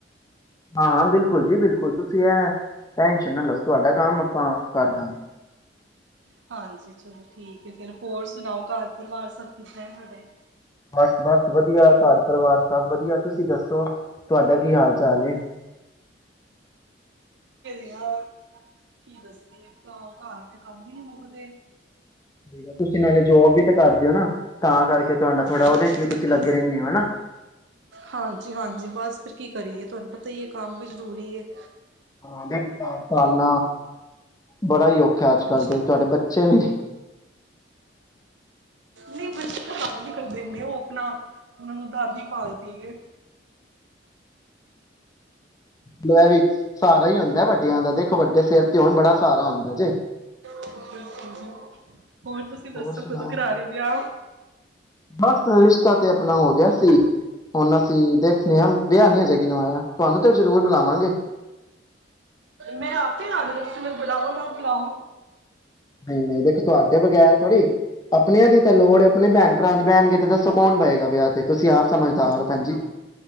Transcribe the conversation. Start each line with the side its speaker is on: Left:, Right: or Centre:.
Left: ਹਾਂ ਹਾਂ ਬਿਲਕੁਲ ਜੀ ਬਿਲਕੁਲ ਤੁਸੀਂ ਇਹ ਟੈਨਸ਼ਨ ਨਾ ਲਓ ਤੁਹਾਡਾ ਕੰਮ ਆਪਾਂ ਕਰਦਾ
Right: ਹਾਂਜੀ ਚਲੋ ਠੀਕ ਹੈ ਫੇਰ ਹੋਰ ਸੁਣਾਓ ਘਰ ਪਰਿਵਾਰ ਸਭ ਕਿੱਦਾਂ ਹੈ ਤੁਹਾਡੇ?
Left: ਬਸ ਬਸ ਵਧੀਆ ਘਰ। ਪਰਿਵਾਰ ਸਭ ਵਧੀਆ ਤੁਸੀਂ ਤੁਹਾਡਾ ਕੀ ਹਾਲ ਚਾਲ
Right: ਬਸ
Left: ਏ
Right: ਗਾ ਕੀ ਦੱਸੀ ਘ ਘਰ ਦੇ ਕੰਮ ਹੀ ਨਹੀਂ ਮੁੱਕਦੇ।
Left: ਠੀ ਤੁਸੀਂ ਨਾਲੇ ਜੋਬ ਵੀ ਤਾਂ ਕਰਦੇ ਹੋ ਨਾ ਤਾਂ ਕਰਕੇ ਤੁਹਾਡਾ ਥੋੜਾ
Right: ਹਾਂਜੀ
Left: ਉਹਦੇ ਵੀ ਤੁਸੀਂ
Right: ਬਸ
Left: ਲੱਗੇ ਰਹਿੰਦੇ ਹੋ ਹਨਾ
Right: ਹਾਂਜੀ ਹਾਂਜੀ ਬਸ ਫਿਰ ਕੀ ਕਰੀਏ ਤੁਹਾਨੂੰ ਪਤਾ ਹੀ ਹੈ ਕੰਮ ਵੀ ਜ਼ਰੂਰੀ ਏ
Left: ਹਾਂ <unintelligible> ਪਾਲਣਾ ਬੜਾ ਹੀ ਔਖਾ ਅੱਜ ਕੱਲ
Right: ਜੀ
Left: ਦੇ ਤੁਹਾਡੇ ਬੱਚੇ ਵੀ ਨੇ
Right: ਨਈ ਬੱਚੇ ਤਾਂ ਤੰਗ ਨੀ ਕਰਦੇ <unintelligible> ਨਹੀ ਬੱਚੇ ਤ ਉਹ ਆਪਣਾ ਉਹਨਾਂ ਨੂੰ ਦਾਦੀ ਪਾਲਦੀ ਹੈ।
Left: ਮੈ ਵੀ <inaudible> ਸਾਰਾ ਹੀ ਈ ਹੁੰਦਾ ਵੱਡਿਆਂ ਦਾ ਦੇਖੋ ਵੱਡੇ ਸਿਰ ਤੇ ਹੋਣ ਬੜਾ ਸਾਰਾ ਹੁੰਦਾ ਜੇ
Right: ਬਿਲਕੁਲ ਬਿਲਕੁਲ ਤੁਸੀਂ ਦੱਸੋ
Left: ਹੋਰ ਸੁਣਾ,
Right: ਕਦੋਂ ਕਰਾ ਰਹੇ ਹੋ ਵਿਆਹ
Left: ਬਸ ਰਿਸ਼ਤਾ ਤੇ ਆਪਣਾ ਹੋ ਗਿਆ ਸੀ, ਹੁਣ ਅਸੀਂ ਦੇਖਦੇ ਹਾਂ ਵਿਆਹ ਨੀ ਅਜੇ ਕਰਾਇਆ ਤੁਹਾਨੂੰ ਤੇ ਜ਼ਰੂਰ ਬੁਲਾਵਾਂਗੇ
Right: ਮੈ ਆਪੇ ਆਊ <unintelligible> ਬੁਲਾਓ ਨਾ ਬੁਲਾਓ
Left: ਨਹੀਂ ਨਹੀਂ ਦੇਖੋ ਤੁਹਾਡੇ ਬਗੈਰ ਥੋੜ੍ਹੀ, ਆਪਣਿਆਂ ਦੀ ਤਾਂ ਲੋੜ ਆਪਣੇ ਭੈਣ ਭਰਾ ਦੀ ਬੈਣਗੇ ਤੇ ਦੱਸੋ ਕੌਣ ਬਏਗਾ ਵਿਆਹ ਤੇ ਤੁਸੀਂ ਆਪ ਸਮਝਦਾਰ
Right: ਹਾਂਜੀ
Left: ਓ ਭੈਣਜੀ।
Right: ਹਾਂ